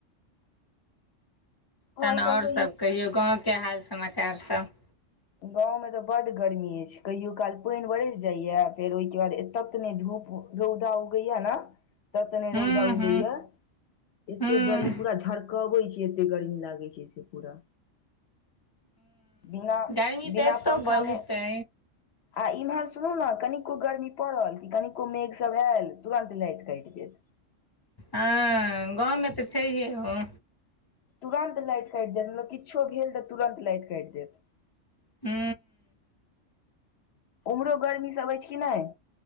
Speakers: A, on the left; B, on the left.
A: तहन
B: आओर
A: और
B: सब
A: सभ कहियौ गाँव के हाल समाचार सभ
B: गाँव में तऽ बड गर्मी अछि कहियो काल पानि बरसि जाइया फेर ओहिके बाद एतय त नहि धूप रौदा उगै या ने तते ने
A: हूँ
B: रौदा
A: हूँ
B: उगै या एते
A: हूँ
B: गर्मी पूरा झारक कबै एखे एते गर्मी लागे छै। से पूरा बिना
A: एमी ते
B: बिना
A: एतो
B: पंखा
A: बहुत
B: मे
A: छै।
B: आ इम्हर सुनू ने कनिको गर्मी पड़ल कि कनिको मेघ सभ आयल। तुरन्त लाइट कइट लेत।
A: हँ गाँव में तऽ छैहे। ओ
B: तुरंत लाइट काइट देत मतलब किछो भेल तऽ तुरंत लाइट काइट देत।
A: हू।
B: उम्हरो गरमी सभ अछि कि नहि